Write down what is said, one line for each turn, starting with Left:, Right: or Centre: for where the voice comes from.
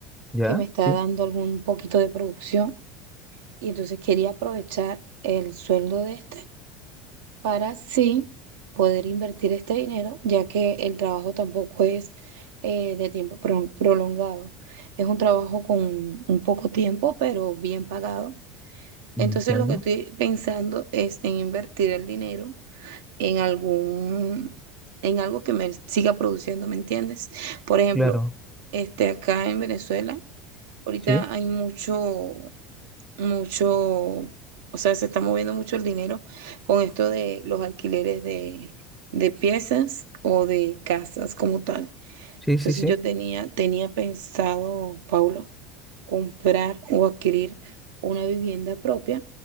Centre: ya,
Right: que me está
Centre: sí,
Right: dando algún poquito de producción y entonces quería aprovechar el sueldo de este para sí poder invertir este dinero, ya que el trabajo tampoco es eh, de tiempo pro- prolongado. Es un trabajo con un poco tiempo, pero bien pagado.
Centre: entiendo.
Right: Entonces lo que estoy pensando es en invertir el dinero en algún, en algo que me siga produciendo, ¿me entiendes? Por ejemplo,
Centre: Claro,
Right: este, acá en Venezuela, ahorita
Centre: sí,
Right: hay mucho mucho, o sea, se está moviendo mucho el dinero con esto de los alquileres de, de piezas o de casas como tal.
Centre: sí,
Right: Entonces
Centre: sí, sí.
Right: yo tenía, tenía pensado, Paulo, comprar o adquirir una vivienda propia